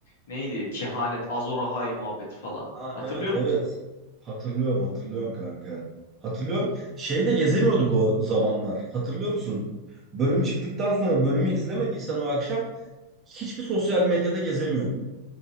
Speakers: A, on the left; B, on the right.
A: Neydi? Kehanet, Azor Ahai muhabbeti falan.
B: Ha
A: Hatırlıyor
B: evet evet.
A: musun?
B: Hatırlıyorum, hatırlıyorum kanka. Hatırlıyorum. Şeyde gezemiyorduk o zamanlar. Hatırlıyor musun? Bölüm çıktıktan sonra bölümü izlemediysen o akşam hiçbir sosyal medyada gezemiyordun.